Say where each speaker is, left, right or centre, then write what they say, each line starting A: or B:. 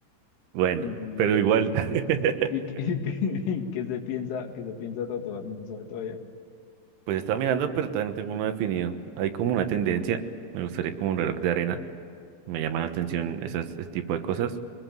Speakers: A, on the right; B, on the left.
A: Bueno,
B: Sí.
A: pero igual. <laughs>
B: ¿Y qué, qué- <laughs> qué se piensa, qué se piensa tatuar? No sabe todavía.
A: Pues estaba mirando, pero todavía no tengo uno definido. Hay como una tendencia, me gustaría como un reloj de arena. Me llama la atención esas, ese tipo de cosas.